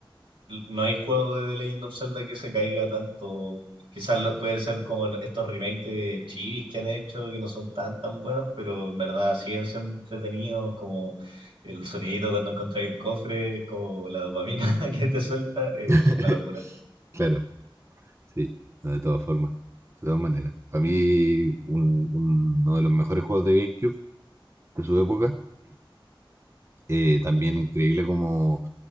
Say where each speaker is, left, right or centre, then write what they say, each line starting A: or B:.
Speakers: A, on the right (about 75°); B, on the right (about 30°).
A: l- no hay juego de The Legend of Zelda que se caiga tanto. Quizás lo, puede ser como el- estos remakes de Chivis que han hecho, que no son tan tan buenos, pero en verdad siguen siendo entretenidos, como el sonidito cuando encontráis un cofre, como la dopamina <laughs> que te suelta, el-
B: <laughs>
A: una locura.
B: Claro, sí, no, de todas formas, de todas maneras. Para mí, un- un- uno de los mejores juegos de GameCube de su época. Eh, también increíble cómo